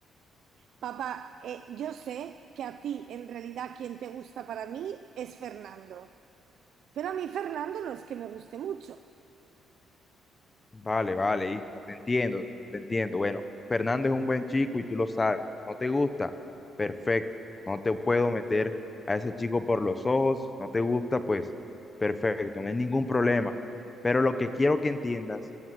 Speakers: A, on the right (about 65°); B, on the left (about 20°).
A: Papá, eh, yo sé que a ti en realidad quien te gusta para mí es Fernando, pero a mí Fernando no es que me guste mucho.
B: Vale, vale, hija, te entiendo, te entiendo. Bueno, Fernando es un buen chico y tú lo sabes. ¿No te gusta? Perfecto. No te puedo meter a ese chico por los ojos. Si no te gusta, pues perfecto, no hay ningún problema. Pero lo que quiero que entiendas